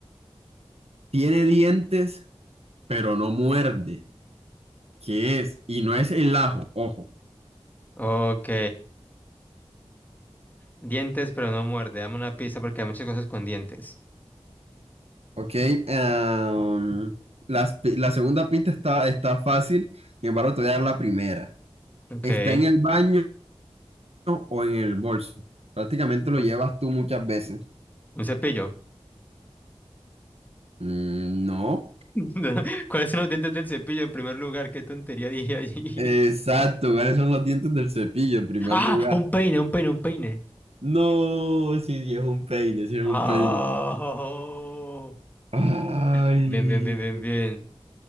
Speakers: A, on the right; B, on the left.
A: Tiene dientes, pero no muerde. ¿Qué es? Y no es el ajo, ojo.
B: Ok. Dientes, pero no muerde. Dame una pista porque hay muchas cosas con dientes.
A: Ok, em, las pi- la, segunda pista está, está fácil, sin embargo, te voy a dar la primera.
B: Ok.
A: ¿Está en el baño o en el bolso? Prácticamente lo
B: Un
A: llevas tú muchas veces.
B: un cepillo.
A: Mm, no.
B: <laughs> ¿Cuáles son los dientes del cepillo en primer lugar? Qué tontería dije allí.
A: Exacto, ¿cuáles son los dientes del cepillo
B: <laughs>
A: en primer
B: ¡Ah!
A: lugar?
B: Un peine, un peine, un peine.
A: No, sí, sí, es un peine, sí, es
B: ¡Oh!
A: un peine. Ay.
B: Bien, bien, bien, bien, bien.